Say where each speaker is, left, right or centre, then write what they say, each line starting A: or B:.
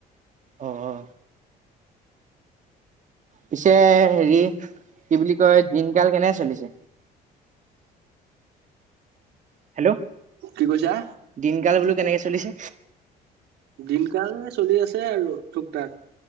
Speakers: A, on the right (about 45°); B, on the right (about 80°).
A: অ অ পিছে হেৰি কি বুলি কয় দিনকাল কেনে চলিছে হেল্ল'
B: কি কৈছা
A: দিনকাল বোলো কেনেকে চলিছে
B: দিনকালে চলি আছে আৰু ঠুক থাক